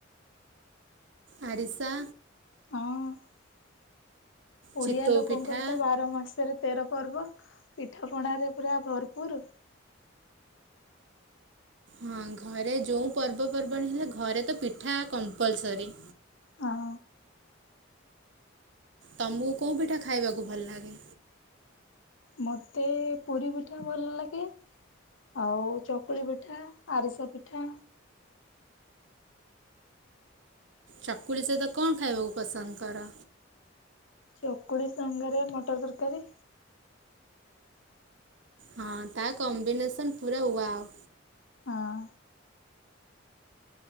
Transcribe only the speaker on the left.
ହଁ। ଓଡିଆ
ଲୋକଙ୍କର
ତ ବାର ମାସରେ ତେର ପର୍ବ। ପିଠା ପଣାରେ ପୁରା ଭରପୁର।
ହଁ।
ମୋତେ ପୁରୀ ପିଠା ଭଲ ଲାଗେ। ଆଉ ଚକୁଳି ପିଠା, ଆରିସା ପିଠା।
ଚକୁଳି ସାଙ୍ଗରେ ମଟର ତରକାରୀ।
ହଁ।